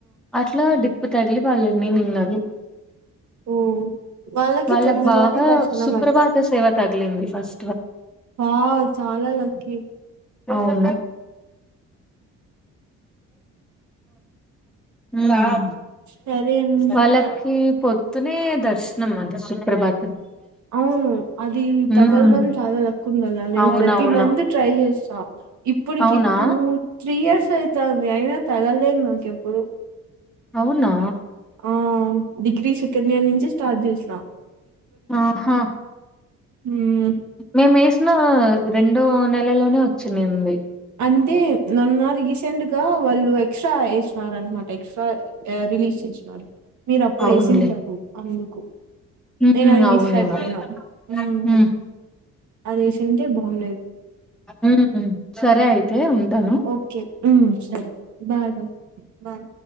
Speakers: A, in the centre; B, on the right.
A: అట్లా డిప్పు తగిలి వాళ్ళు ఉన్నిన్నారు.
B: ఓ వాళ్ళకి
A: వాళ్ళకు
B: తొందరగానే
A: బాగా
B: దర్శనం
A: సుప్రభాత సేవ తగిలింది ఫస్
B: వావ్ చాలా లక్కీ.
A: అవును. మ్
B: సరే అండి
A: వాళ్ళకి పొద్దునే దర్శనం అంట సుప్రభా
B: అవును అది
A: హ్మ్
B: తగలడం చాలా లక్కుండల్లా నేను
A: అవునవును
B: ప్రతి మంత్ ట్రై చేస్ స్సా ఇప్పుడికి
A: అవునా
B: టూ త్రీ ఇయర్స్ అయితాంది అయినా తగలేదు నాకేప్పుడు
A: అవునా
B: ఆ డిగ్రీ సెకండ్ ఇయర్ నుంచి స్టార్ట్ చేసినా
A: ఆహా!
B: మ్మ్
A: మేమేసినా రెండో నెలలోనే వచ్చిన్నింది.
B: అంతే మొన్న రీసెంట్గా వాళ్ళు ఎక్స్ట్రా ఎసినారనమాట ఎక్స్ట్రా రిలీజ్ చేసినారు. మీరు అప్పుడేసింటారు
A: అవునులే
B: అందుకు
A: హ్మ్
B: నేను అది మిస్
A: అవునేమో
B: ఆయిపోయినా మ్
A: హ్మ్
B: అదేసింటే బాగ్లేదు.
A: మ్ సరే అయితే ఉంటాను
B: ఓకే మ్ సరే బాయ్ బాయ్ బాయ్